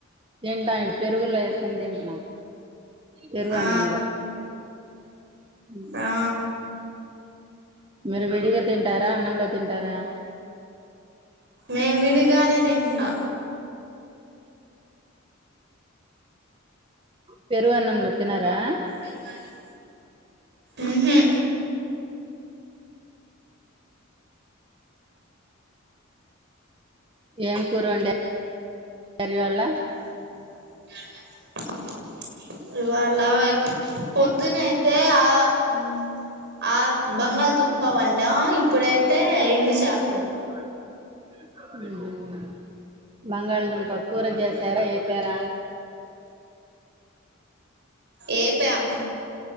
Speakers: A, on the right (about 25°); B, on the right (about 55°).
A: తింటాం ఇ పెరుగుల్లో ఏసుకొని తింట్నం పెరుగు
B: ఆ
A: అన్నంల ఉమ్
B: ఆ
A: మీరు విడిగా తింటారా అన్నంలో తింటారా
B: నేను విడిగానే తింటున్నా
A: పెరుగన్నంలో తినరా
B: పెరుగన్నం ఉహు
A: ఏం కూర వండారు ఇవాళ
B: ఇవాళ ఇవాళ పొద్దున అయితే ఆ ఉమ్ ఆ బంగాళదుంప వండ ఇప్పుడైతే ఎండి చాపలు
A: ఉమ్ బంగాళదుంప కూర చేశారా ఏపరా
B: ఏపం